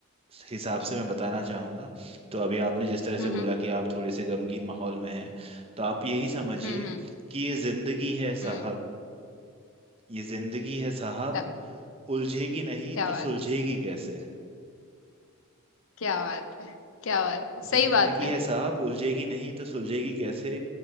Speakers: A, on the right; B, on the left.
A: हिसाब से मैं बताना चाहूंगा तो अभी आपने जिस तरह
B: हुँ,
A: से बोला
B: हुँ।
A: कि आप थोड़े से गमगीन माहौल में हैं तो आप यही समझिए
B: हुँ, हुँ,
A: कि ये जिंदगी है
B: हुँ।
A: साहब ये जिंदगी है साहब
B: क्या
A: उलझेगी नहीं
B: क्या
A: तो
B: बात
A: सुलझेगी कैसे
B: क्या बात है क्या बात है, सही
A: ये जिंदगी
B: बात है।
A: है साहब उलझेगी नहीं तो सुलझेगी कैसे